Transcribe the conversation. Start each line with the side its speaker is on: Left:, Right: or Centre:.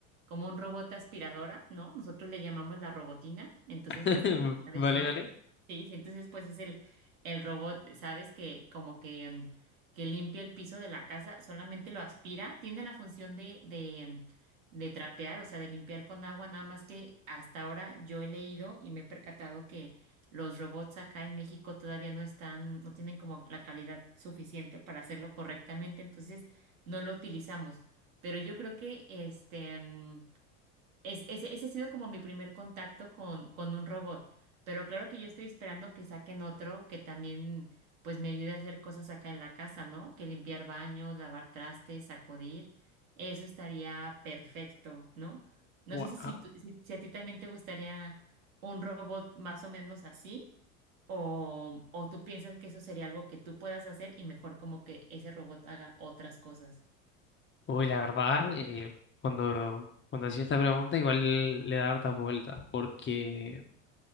Right: como un robot aspiradora, ¿no? Nosotros le llamamos la robotina, entonces,
Left: <laughs>
Right: este, ya ves,
Left: Vale,
Right: ¿no?
Left: vale.
Right: Sí, sí, entonces pues es el, el robot, ¿sabes? Que como que, mm, que limpia el piso de la casa, solamente lo aspira, tiene la función de, de, mm, de trapear, o sea, de limpiar con agua, nada más que hasta ahora yo he leído y me he percatado los robots acá en México todavía no están, no tienen como la calidad suficiente para hacerlo correctamente, entonces no lo utilizamos. Pero yo creo que este mm, es- ese, ese ha sido como mi primer contacto con, con un robot, pero claro que yo estoy esperando que saquen otro que también pues me ayude a hacer cosas acá en la casa, ¿no? Que limpiar baños, lavar trastes, sacudir, eso estaría perfecto, ¿no? No
Left: Wow.
Right: sé si, si, tú- si, si a ti también te gustaría un robot más o menos así, o, o tú piensas que eso sería algo que tú puedas hacer y mejor como que ese robot haga otras cosas.
Left: Uy, la verdad, eh, cuando, cuando hacía esta pregunta igual le da hartas vueltas, porque,